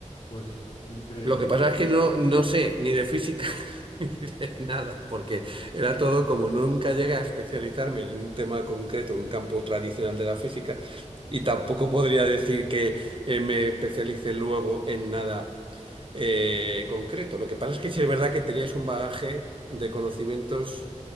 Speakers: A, on the left; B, on the right.
A: pues increíble,
B: Lo que pasa
A: ¿no?
B: es que no, no sé ni de física <laughs> ni de nada, porque era todo como nunca llegué a especializarme en un tema concreto, en un campo tradicional de la física, y tampoco podría decir que eh, me especialice luego en nada eh, concreto. Lo que pasa es que sí es verdad que tenías un bagaje de conocimientos